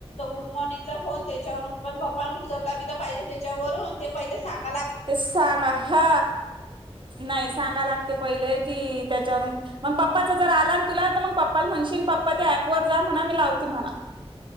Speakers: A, on the left; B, on the right.
A: गुड मर्नंग फोन त्याच्यावर पण पप्पाने उचलला तर पाहिले त्याच्यावरून ते पहिले सांग
B: ते सांगा ह नाही सांगा लागते पहिले कि त्याच्यावरून मग पप्पाचा ज आला ना तु तर मग प् म्हणशन पप्पा त्या ॲपवर जा म्हणा मी लावते म्हला